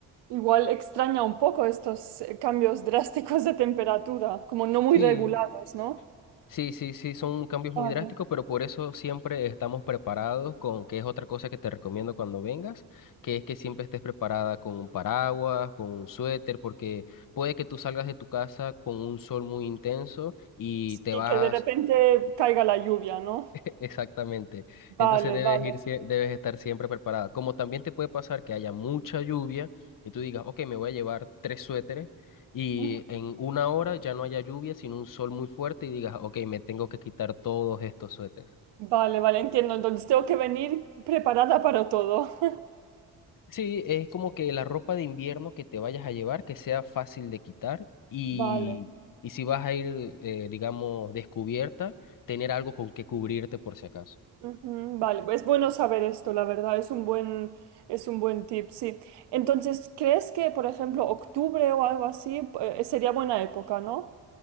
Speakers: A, on the right (about 80°); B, on the left (about 55°).
A: Igual extraña un poco estos eh, cambios drásticos de temperatura, como no muy
B: Sí,
A: regulados, ¿no?
B: Sí, sí, sí, son cambios
A: Vale.
B: muy drásticos, pero por eso siempre estamos preparados con, que es otra cosa que te recomiendo cuando vengas, que es que siempre estés preparada con un paraguas, con un suéter, porque puede que tú salgas de tu casa con un sol muy intenso y te
A: y
B: vas
A: que de repente caiga la lluvia, ¿no?
B: <laughs> Exactamente. Entonces
A: Vale,
B: debes
A: vale.
B: ir, sie- debes estar siempre preparada. Como también te puede pasar que haya mucha lluvia y tú digas, ok, me voy a llevar tres suéteres y
A: Ujú.
B: en una hora ya no haya lluvia, sino un sol muy fuerte y digas, ok, me tengo que quitar todos estos suéteres.
A: Vale, vale, entiendo. Entonces tengo que venir preparada para todo. <laughs>
B: Sí, es como que la ropa de invierno que te vayas a llevar, que sea fácil de quitar y,
A: Vale.
B: y si vas a ir, eh, digamos, descubierta, tener algo con que cubrirte por si acaso.
A: Ujú, Vale, pues es bueno saber esto, la verdad, es un buen, es un buen tip, sí. Entonces, ¿crees que, por ejemplo, octubre o algo así, eh, sería buena época, ¿no?